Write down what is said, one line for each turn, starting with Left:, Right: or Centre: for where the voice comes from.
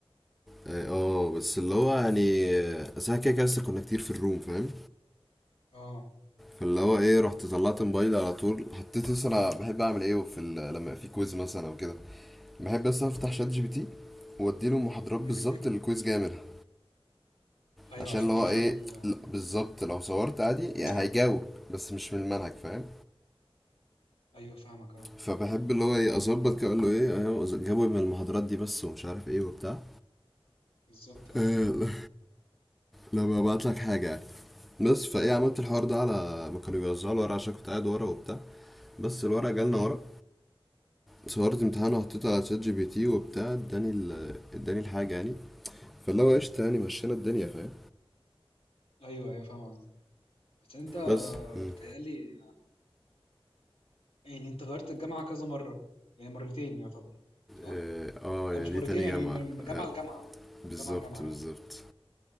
Centre: اه آه، بس اللي هو يعني آه، أصل احنا كده كده لسه كنا كتير في الروم فاهم
Left: اه
Centre: فاللي هو ايه رحت طلعت موبايلي على طول حطيت بس انا بحب اعمل ايه في ال- لما يبقى في كويز مثلا او كده بحب بس افتح
Left: امم
Centre: شات جي بي تي واديله المحاضرات بالظبط
Left: امم <laughs>
Centre: اللي الكويز جاي منها
Left: ايوه
Centre: عشان
Left: عشان
Centre: اللي هو
Left: يفهم
Centre: ايه
Left: ال
Centre: لا، بالظبط لو صورت عادي يعني
Left: اه
Centre: هيجاوب بس مش من المنهج فاهم
Left: ايوه فاهمك اه
Centre: فبحب اللي هو ايه اظبط كده اقول له ايه أهو، ز- جاوب من المحاضرات دي بس ومش عارف ايه وبتاع
Left: بالظبط اه
Centre: آه، لما ببعت لك حاجة يعني. بس فايه عملت الحوار ده على ما كانوا بيوزعوا الورق عشان كنت قاعد ورا وبتاع بس الورق جالنا
Left: امم
Centre: ورق صورت امتحان وحطيته على شات جي بي تي وبتاع اداني ال- اداني الحاجة يعني فاللي هو قشطة يعني مشينا الدنيا فاهم
Left: ايوه ايوه فاهم قصدك. بس انت
Centre: بس مم.
Left: بتهيألي يعني انت غيرت الجامعه كذا مره يعني مرتين يعتبر صح
Centre: اه آه،
Left: او
Centre: يعني
Left: مش
Centre: دي
Left: مرتين
Centre: تاني
Left: يعني
Centre: جامعة
Left: من من من جامعه
Centre: آه
Left: لجامعه من
Centre: بالظبط
Left: جامعه لجامعه
Centre: بالظبط
Left: يعني